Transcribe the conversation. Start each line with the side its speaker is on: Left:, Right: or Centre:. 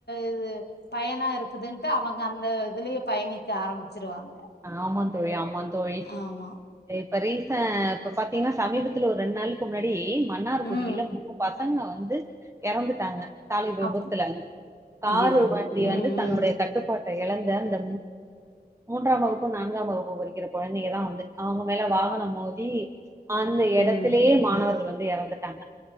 Left: இது பயனா இருக்குதுன்ட்டு அவங்க அந்த இதுலயே பயணிக்க ஆரம்பிச்சிருவாங்க
Right: ஆமா தோழி ஆமா தோழி
Left: ஆமா
Right: இப்ப ரீசன்னா இப்ப பாத்தீங்கன்னா சமீபத்துல ஒரு ரெண்டு நாளைக்கு முன்னாடி மன்னார்குடியில
Left: ம்
Right: மூ ப பசங்க வந்து இறந்துட்டாங்க சாலை விபத்துல
Left: அப்
Right: வந்து காரு
Left: ஐயையோ
Right: வண்டி
Left: ம்
Right: வந்து தன்னுடைய
Left: ம்
Right: கட்டு பாட்டை இழந்த அந்த மூன்றாம் வகுப்பு நான்காம் வகுப்பு படிக்கிற கொழந்தைங்க தா வந்து அவங்க மேல வாகனம் மோதி அந்த இடத்திலேயே
Left: ம்
Right: மாணவர்கள் வந்து இறந்துட்டாங்க